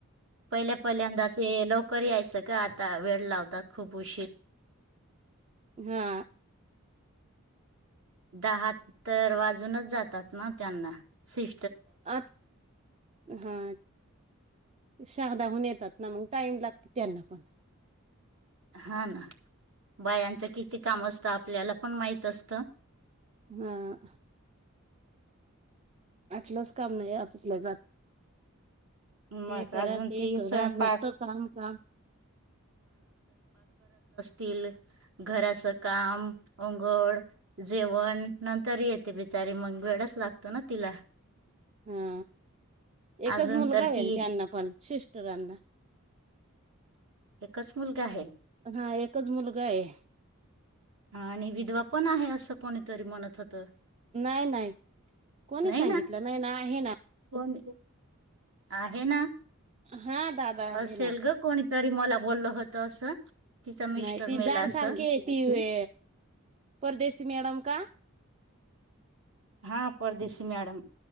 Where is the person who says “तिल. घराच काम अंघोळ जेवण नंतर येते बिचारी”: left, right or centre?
Right